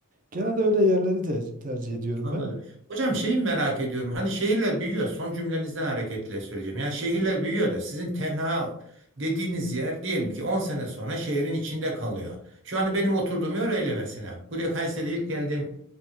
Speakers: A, on the right; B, on the right.
A: Genelde öyle yerleri tercih, tercih ediyorum
B: Anladım.
A: ben.
B: Hocam şeyi merak ediyorum. Hani şehirler büyüyor. Son cümlenizden hareketle söyleyeceğim. Yani şehirler büyüyor da sizin tenha dediğiniz yer diyelim ki 10 sene sonra şehrin içinde kalıyor. Şu anda benim oturduğum yer öyle mesela. Buraya Kayseri'de ilk geldiğim